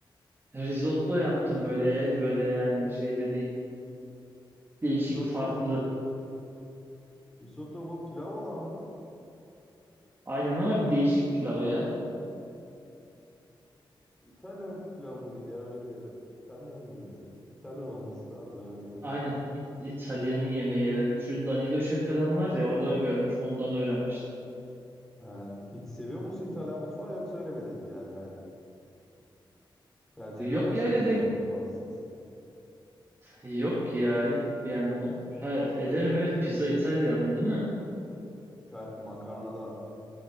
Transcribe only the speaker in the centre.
Risotto,
risotto bu pilav olan mı?
İtalyan pilav mıydı ya öyle de İtalyan mıydı? İtalyan olması lazım evet evet.
Ha, peki seviyor musun İtalyan mutfağı yoksa öyle mi denk geldi yani? Tercih
eder misin
İtalyan
mutfağı sık sık?
Ta- makarna da